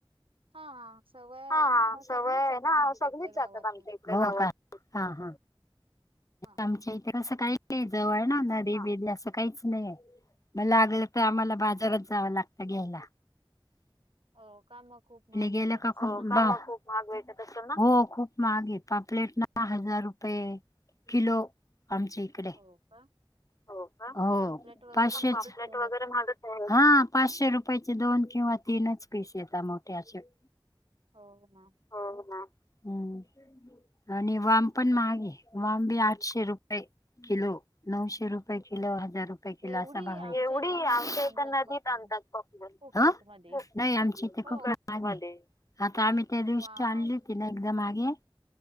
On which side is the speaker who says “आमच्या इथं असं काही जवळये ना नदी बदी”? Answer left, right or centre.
Left